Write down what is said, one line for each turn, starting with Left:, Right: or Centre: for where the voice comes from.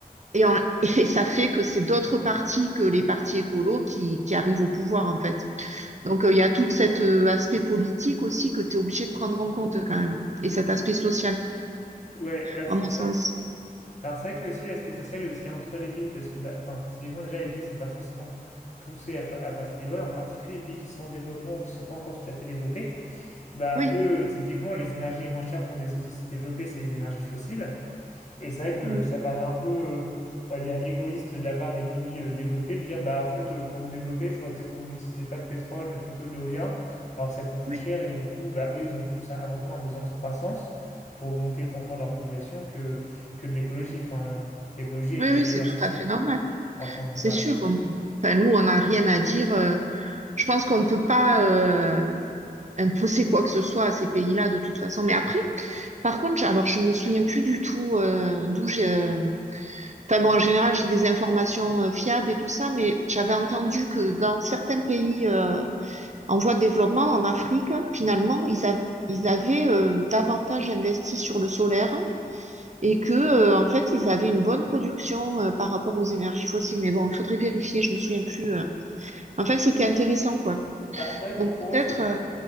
Right: Et, en- <laughs> et ça fait que c'est d'autres partis que les partis écolos qui, qui arrivent au pouvoir, en fait. Donc, euh, il y a tout cet euh, aspect politique aussi que tu es obligé de prendre en compte quand même. Et cet aspect social,
Left: Ouais, bah,
Right: à
Left: c'est
Right: mon
Left: c'est
Right: sens.
Left: Alors c'est vrai que aussi l'aspect social est aussi entre les pays, parce que bah, enfin, typiquement déjà les pays sont pas forcément poussés à, pa- à passer des lois, en particulier les pays qui sont en développement ou qui sont pas encore tout à fait développés, bah
Right: Oui,
Left: eux typiquement les énergies les moins chères pour dés- se développer c'est les énergies fossiles, et c'est vrai que
Right: mm,
Left: ça paraît un peu, euh, on va dire, égoïste de la part des pays euh, développés de dire, bah en fait, euh, pour vous développer, il faudrait peut-être que vous n'utilisez pas de pétrole, mais plutôt de l'éolien, alors que ça coûte plus
Right: oui,
Left: cher et du coup, bah eux, ils ont plus un- avant tout un besoin de croissance pour augmenter le confort de leur population que, que de l'écologie. Enfin, l'écologie est
Right: oui,
Left: le cadet
Right: oui, c'est
Left: de leurs
Right: tout
Left: soucis.
Right: à fait normal.
Left: Alors qu'on,
Right: C'est
Left: voilà.
Right: sûr. Enfin, nous, on n'a rien à dire. euh, je pense qu'on ne peut pas euh, imposer quoi que ce soit à ces pays-là de toute façon. Mais après, Par contre, je- alors je me souviens plus du tout euh, d'où j'ai. euh, Enfin bon, en général, j'ai des informations euh, fiables et tout ça, mais j'avais entendu que dans certains pays euh, en voie de développement, en Afrique, finalement, ils, av- ils avaient euh, davantage investi sur le solaire et que euh, en fait, ils avaient une bonne production euh, par rapport aux énergies fossiles. Mais bon, il faudrait vérifier. Je me souviens plus. euh. Enfin, c'était intéressant, quoi.
Left: Bah, c'est vrai
Right: Donc
Left: que pour
Right: peut-être.
Left: eux, c'était,
Right: euh,